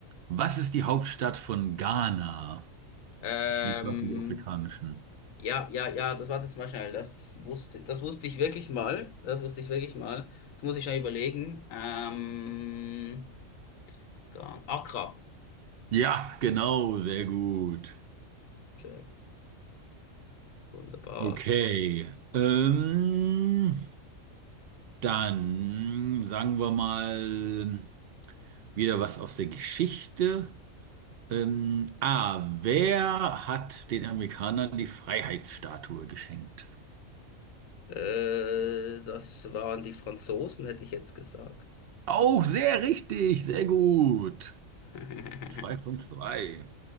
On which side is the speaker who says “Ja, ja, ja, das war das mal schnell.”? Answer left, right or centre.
Left